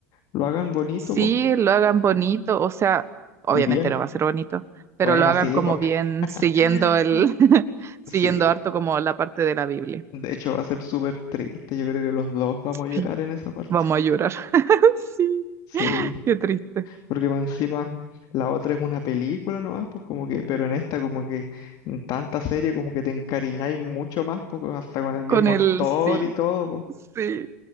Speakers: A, on the left; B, on the right.
A: lo hagan bonito,
B: Sí,
A: po,
B: lo hagan bonito, o sea, obviamente
A: y bien.
B: no va a ser bonito, pero
A: Bueno,
B: lo hagan
A: sí,
B: como
A: po.
B: bien
A: <laughs>
B: siguiendo el, <laughs> siguiendo
A: Sí,
B: harto como la parte de la Biblia.
A: De hecho, va a ser súper triste. Yo creo que los dos vamos a llorar
B: Sí.
A: en esa parte.
B: Vamos a llorar. <laughs> Sí,
A: Sí,
B: qué triste.
A: porque más encima la otra es una película nomás, pues como que, pero en esta como que en tanta serie como que te encariñáis mucho más, pues hasta con el mismo
B: Con el
A: actor
B: sí,
A: y todo, pues.
B: sí,